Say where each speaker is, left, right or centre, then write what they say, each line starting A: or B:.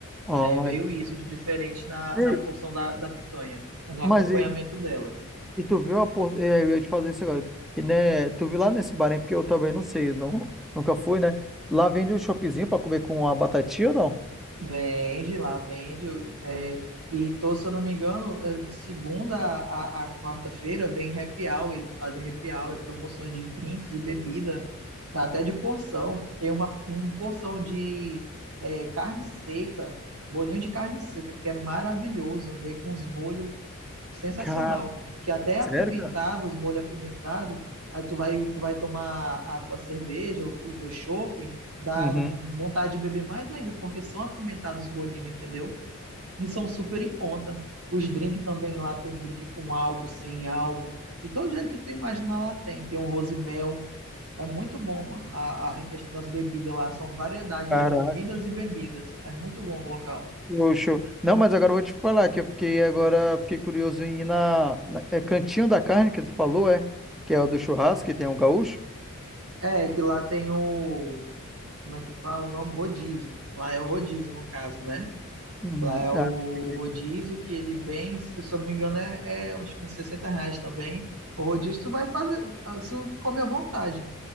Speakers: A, in the centre; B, on the right.
A: ó,
B: É, veio
A: entendi.
B: isso de diferente na,
A: Ei,
B: na porção da, da picanha, no
A: mas
B: acompanhamento
A: e,
B: dela.
A: e tu viu a, por- é, eu ia te fazer isso agora. E né, tu viu lá nesse bar, hein? Porque eu também não sei, não, nunca fui, né? Lá vende um chopezinho pra comer com uma batatinha ou não?
B: Vende, lá vende. eu- é, e tô, se eu não me engano, é, de segunda a, a- quarta-feira vem happy hour, eles fazem happy hour e promoções de drinks e bebida, até de porção. Tem uma, uma porção de é, carne seca, bolinho de carne seca, que é maravilhoso. Vem com os molhos sensacional,
A: Cara,
B: que até é
A: sério,
B: apimentado,
A: cara?
B: os molhos apimentados, aí tu vai, tu vai tomar a tua cerveja, o, o teu shopping dá
A: Uhum.
B: vontade de beber mais ainda, porque são apimentados os bolinhos, entendeu? E são super em conta. Os drinks também lá tem drink com álcool, sem álcool, de todo jeito que tu imagina lá tem. Tem um rosimel, é muito bom, mano. A, a- em questão das bebidas lá, são variedades
A: Caraca.
B: de comidas e bebidas. É muito bom o local.
A: Show, show. Não, mas agora eu vou te falar que eu fiquei agora, fiquei curioso em ir na, na- é Cantinho da Carne que tu falou, é? Que é o do churrasco, que tem o gaúcho.
B: É, que lá tem o, como é que fala o nome? Rodízio. Lá é o rodízio, no caso, né?
A: Uhum.
B: Lá é o,
A: Ah,
B: o
A: entendi.
B: rodízio que ele vem, se eu não me engano, é, é uns 15, 60 reais também. O rodízio tu vai fazer, ah, se tu come à vontade,